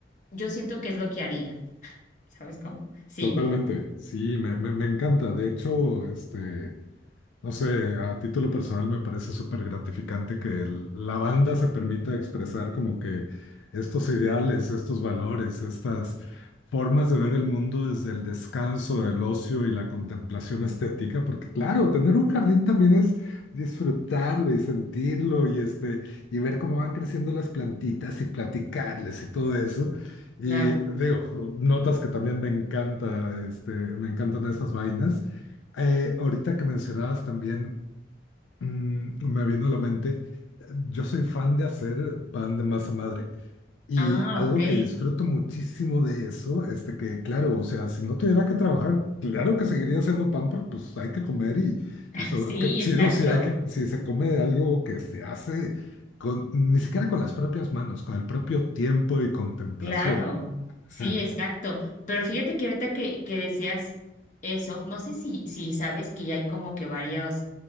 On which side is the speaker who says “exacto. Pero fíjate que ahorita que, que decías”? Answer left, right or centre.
Left